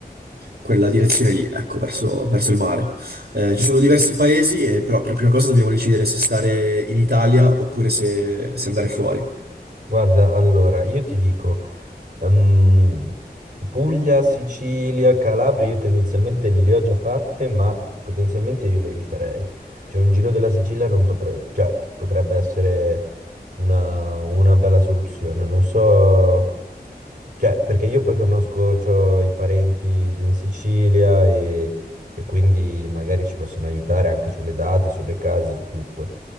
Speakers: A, on the right; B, on the right.
A: quella direzione lì, ecco, verso, verso il mare. Eh, ci sono diversi paesi, e però per prima cosa dobbiamo decidere se stare in Italia oppure se, se andare fuori.
B: Guarda, allora, io ti dico. Ehm, Puglia, Sicilia, Calabria, io tendenzialmente le ho già fatte, ma potenzialmente io le rifarei. Cioè un giro della Sicilia non potrebbe, cioè, potrebbe essere una, una bella soluzione. Non so, cioè, perché io poi conosco, c'ho i parenti giù in Sicilia e, e quindi magari ci possono aiutare anche sulle date, sulle case, su tutto.